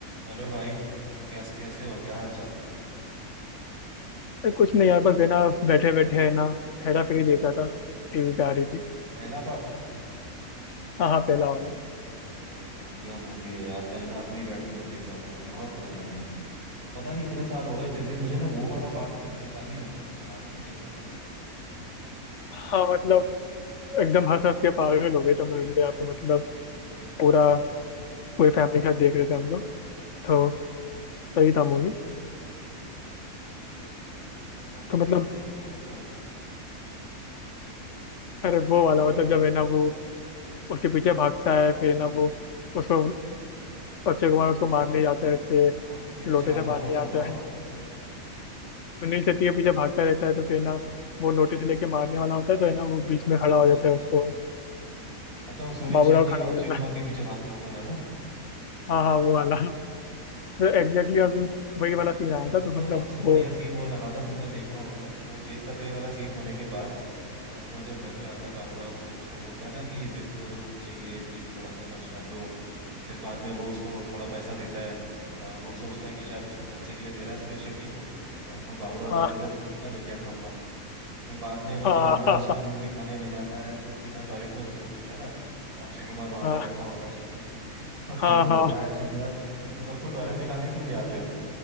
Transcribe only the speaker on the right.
Hello भाई कैस कैसे हो क्या हाल चाल
पहला पार्ट
अरे बढ़िया मूवी है यार कल रात में ही बैठ के मैं देख रहा था बहुत जोरदार मूवी है पता नहीं इतने साल हो गए फिर भी मुझे ना वो वाला पार्ट देखने का ही मन करता है बाकी मैं देखता नहीं
हाँ यार,
है ना
बहुत
बढ़िया मूवी है और कौन सा
सीन तुम्हें सबसे ज्यादा अच्छा लगता है
कौन किसके पीछे
भाग
रहा
है वो तो
बताओ
अच्छा
अच्छा
अच्छा
अच्छा वो सुनील
शेट्टी
और
अक्षय
कुमार
के पीछे भागता है वो वाला ना
अच्छा
अच्छा मेरे
को
मेरे
को
तो
सबसे बढ़िया
सीन वो लगा था तुमने देखा होगा वो जेब कतरे वाला सीन होने के बाद अ, वो जब घर पे आता है बाबूराव के और उसको बोलता है ना कि मेरे को रूम चाहिए प्लीज थोड़ा सा खर्च कर दो फिर बाद में वो उसको थोड़ा पैसा देता है और वो सोचता है कि शायद उसको खर्चे के लिए दे रहा है सुनील शेट्टी को बट वो बाबूराव
बोलता है जा तो खंबा लेके आ खंबा फिर बाद में वो
जब अंदर
उसको रूम दिखाने ले जाता है तो सीधा टॉयलेट में घुसेड़ देता है ना और अक्षय कुमार वहां
पे बैठा होता है <laughs> तो
वो बोलता
है अक्षय कुमार कि तू तो सबको टॉयलेट दिखाने क्यों ले आते हो